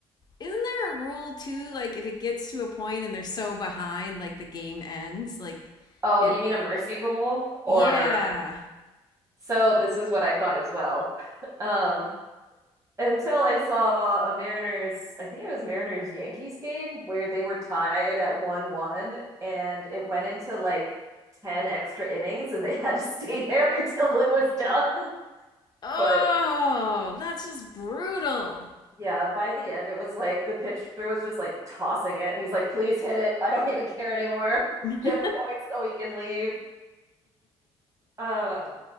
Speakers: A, on the left; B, on the right.
A: Isn't there a rule too? Like if it gets to a point and they're so behind, like the game ends. Like
B: Oh,
A: it.
B: you mean a mercy rule? Or
A: Yeah.
B: so this is what I thought as well. <laughs> Um, until I saw a Mariners, I think it was Mariners Yankees game where they were tied at 1-1 and it went into like 10 extra innings and they had to <laughs> stay there until it was done. <laughs>
A: Oh,
B: But
A: that's just brutal.
B: yeah, by the end, it was like the pitcher was just like tossing it, and he's like, "Please hit it. I don't <laughs> even care anymore.
A: <laughs>
B: Get a point so we can leave." Um,